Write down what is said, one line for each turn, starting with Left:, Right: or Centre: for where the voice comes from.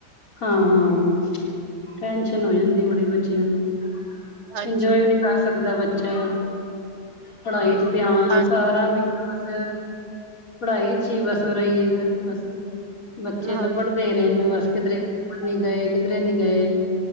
Left: ਹਾਂ- ਹਾਂ, ਟੈਨਸ਼ਨ ਹੋ ਜਾਂਦੀ ਬੜੇ ਬੱਚਿਆਂ ਨੂੰ
Right: ਹਾਂਜੀ
Left: ਇੰਜੋਏ ਵੀ ਨੀ, ਕਰ ਸਕਦਾ ਬੱਚਾ ਪੜ੍ਹਾਈ ਚ ਧਿਆਨ
Right: ਹਾਂ
Left: ਸਾਰਾ‌ ਬਸ, ਪੜ੍ਹਾਈ ਅੱਛੀ ਬਸ ਹੋ ਰਹੀ ਹੈ ਬਸ। ਬੱਚੇ
Right: ਹਾਂਜੀ
Left: ਤਾਂ ਪੜ੍ਹਦੇ ਹੀ ਰਹੇ ਨੇ ਬਸ ਕਿਧਰੇ ਘੁੰਮਣ ਨਹੀ ਗਏ, ਕਿਧਰੇ ਨਹੀਂ ਗਏ।